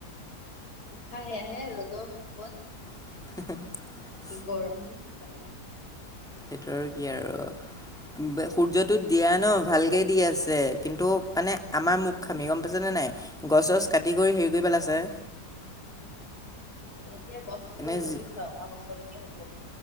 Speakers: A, on the left; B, in the centre.
A: উশাহ এয়াহে ৰ'দৰ কোবত
B: <unintelligible>
A: গৰম ফালে
B: সেইটো আৰু কি আৰু। বে সূৰ্যটোত দিয়া ন ভালকে দি আছে। কিন্তু মানে আমাৰ মুৰ্খামি গম পাইছ নে নাই? গছ
A: উম
B: চছ কাটি কৰি হেৰ <unintelligible> পেলাইছে।
A: এ, এতিয়া গছ ৰুঁব
B: এনে
A: লাগিব
B: যি-
A: বুইছ অহা বছৰলৈকে হ'ব